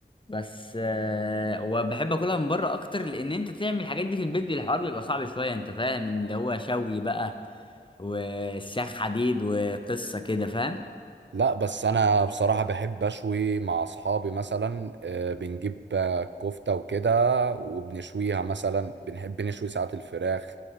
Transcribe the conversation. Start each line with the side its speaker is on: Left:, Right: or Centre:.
Left: بس آه، وبحب اكلها من بره اكتر لان انت تعمل الحاجات دي في البيت الحوار بيبقى صعب شويه انت فاهم اللي هو شوي بقى والسياخ حديد وقصه كده فاهم
Right: لا بس انا بصراحة بحب اشوي مع اصحابي مثلا آه، بنجيب آه، كفتة وكده وبنشويها مثلا بنحب نشوي ساعات الفراخ